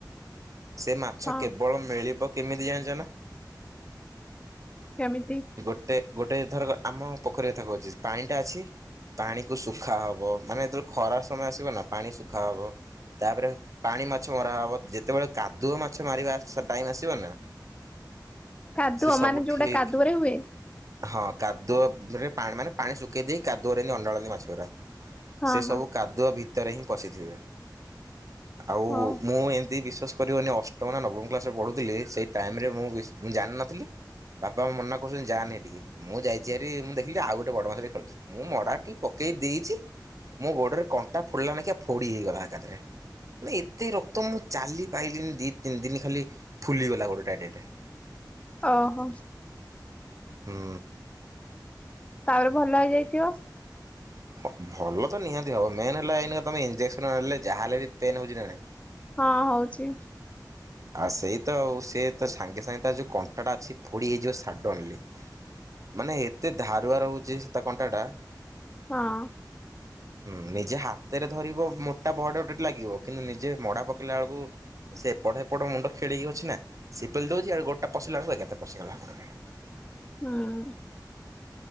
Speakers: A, on the right; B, on the left.
A: ସେ ମାଛ
B: ହଁ
A: କେବଳ ମିଳିବ କେମିତି ଜାଣିଛ ନା?
B: କେମିତି?
A: ଗୋଟେ ଗୋଟେ ଧରକ ଆମ ପୋଖରୀ କଥା କହୁଛି ପାଣିଟା ଅଛି ପାଣି କୁ ଶୁଖା ହବ, ମାନେ ଯେତେବଳକୁ ଖରା ସମୟ ଆସିବ ନା ପାଣି ଶୁଖା ହବ ତାପରେ ପାଣି ମାଛ ମରା ହବ, ଯେତେବେଳେ କାଦୁଅ ମାଛ ମାରିବା ଟାଇମ ଆସିବ ନା
B: କାଦୁଅ,
A: ସେ ସବୁ
B: ମାନେ ଯୋଉଟା
A: ଠିକ
B: କାଦୁଅରେ ହୁଏ।
A: ହଁ କାଦୁଅରେ ପାଣ ମାନେ, ପାଣି ଶୁଖେଇ ଦେଇ କାଦୁଅରେ ଏମିତି ଅଣ୍ଡାଳନ୍ତି ମାଛ ଗୁଡା।
B: ହଁ
A: ସେ
B: ହଁ।
A: ସବୁ କାଦୁଅ ଭିତରେ ହିଁ ପଶିଥିବେ। ଆଉ
B: ହଁ
A: ମୁଁ ଏମିତି ବିଶ୍ଵାସ କରିବନି, ଅଷ୍ଟମ ନା ନବମ କ୍ଲାସରେ ପଢୁଥିଲି ସେଇ ଟାଇମରେ ମୁଁ ବି ମୁଁ ଜାଣିନଥିଲି। ବାପା ମନା କହୁଛନ୍ତି ଯାଆନି ହେଟିକି। ମୁଁ ଯାଇଛି ହାରି ମୁଁ ଦେଖିଲି ଯେ ଆଉ ଗୋଟ ବଡ ମାଛଟେ ଖେଳୁଛି। ମୁଁ ମଡା ଟି ପକେଇ ଦେଇଛି, ମୋ ଗୋଡରେ କଣ୍ଟା ଫୋଡିଲା ନାଖୀଆ ଫୋଡି ହେଇଗଲା। ଏକାଥରେ, ମାନେ ଏତେ ରକ ତ ମୁଁ ଚାଲି ପାଇଲିିନି ଦି ତିନି ଦିନ ଖାଲି ଫୁଲିଗଲା ଗୋଡ଼ଟା ଏଡେ ଏଡେ।
B: ଓହୋ।
A: ହୁଁ।
B: ତାପରେ ଭଲ ହେଇଯାଇଥିବ।
A: ହଁ ଭଲ ତ ନିହାତି ହବ। ମେନ୍ ହେଲା ଏଇନେକା ତମେ ଇଞ୍ଜେକ୍ସନ ନେଲେ ଯାହେଲେ ବି ପେନ୍ ହଉଛି ନା ନାହିଁ।
B: ହଁ ହଉଛି।
A: ଆଉ ସେଇ ତ ଆଉ। ସେ ତ ସାଙ୍ଗେ ସାଙ୍ଗେ ତା ଯୋଉ କଣ୍ଟାଟା ଅଛି ଫୋଡି ହେଇଯିବ ସଡନଲି। ମାନେ ଏତେ ଧାରୁଆ ରହୁଛି ସେ ତା କଣ୍ଟାଟା।
B: ହଁ।
A: ହୁଁ ନିଜେ ହାତରେ ଧରିବ ମୋଟା ବଡ ଟେ ଲାଗିବ, କିନ୍ତୁ ନିଜେ ମଡା ପକେଇଲା ବେଳକୁ ସେ ଏପଟ ହେପଟ ମୁଣ୍ଡ ଖେଳିକି ଅଛି ନା। ସେ ପେଲି ଦଉଛି ଆଉ ଗୋଡଟା ପଶିଲା ବେଳକୁ ଏକାଥରେ ପଶିଗଲା ହେ ଗୋଡରେ।
B: ହୁଁ।